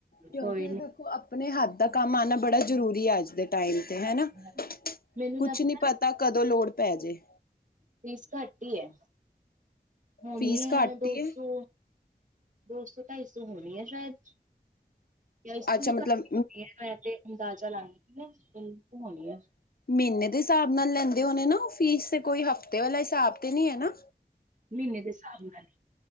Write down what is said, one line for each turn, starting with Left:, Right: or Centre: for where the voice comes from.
Left: ਕਿਉਂਕਿ
Right: ਕੋਈ ਨੀ।
Left: ਦੇਖੋ ਅਪਨੇ ਹੱਥ ਦਾ ਕੰਮ ਆਣਾ ਬੜਾ ਜਰੂਰੀ ਐ ਅੱਜ ਦੇ ਟਾਈਮ ਤੇ
Right: ਹਾਂਜੀ-ਹਾਂਜੀ।
Left: ਹਨਾ,
Right: ਮੈਨੂੰ
Left: ਕੁਛ
Right: ਲੱਗਦਾ
Left: ਨੀ ਪਤਾ ਕਦੋਂ ਲੋੜ ਪੈਜੇ।
Right: ਫੀਸ ਘੱਟ ਈਐ। ਹੋਣੀ
Left: ਫੀਸ
Right: ਐ
Left: ਘੱਟ
Right: ਦੋ
Left: ਈ
Right: ਸੌ,
Left: ਏ
Right: ਦੋ ਸੌ ਢਾਈ ਸੌ ਹੋਣੀਐ ਸ਼ੈਦ। ਯਾਂ ਇਸ ਤੋਂ
Left: ਅੱਛਾ
Right: ਵੀ
Left: ਮਤਲਬ
Right: ਘੱਟ ਹੋਣੀ ਐ। ਮੈਂ ਤੇ ਅੰਦਾਜ਼ਾ ਲਾਂਦੀ ਹੋਣੀਆਂ।
Left: ਮੀਨੇ ਦੇ ਹਿਸਾਬ ਨਾਲ ਲੈਂਦੇ ਹੋਣੇ ਨਾ ਓ ਫੀਸ ਕੋਈ ਹਫਤੇ ਵਾਲੇ ਹਿਸਾਬ ਤੇ ਨਈਂ ਐਨਾ?
Right: ਮੀਨੇ ਦੇ ਸਾਬ ਨਾਲ।